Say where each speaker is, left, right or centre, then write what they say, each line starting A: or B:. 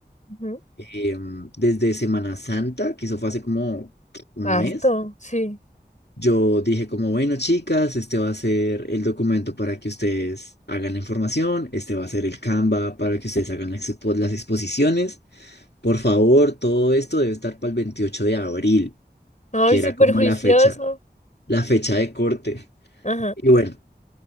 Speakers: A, on the left; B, on the left.
A: Ujú,
B: eh, mm, desde Semana Santa, que eso fue hace como un
A: Harto,
B: mes
A: sí.
B: Yo dije como, bueno, chicas, este va a ser el documento para que ustedes hagan la información, este va a ser el Canva para que ustedes hagan la expo- las exposiciones. Por favor, todo esto debe estar para el 28 de abril,
A: Ay,
B: que era
A: súper
B: como
A: juicioso.
B: la fecha, la fecha de corte.
A: Ajá.
B: Y bueno,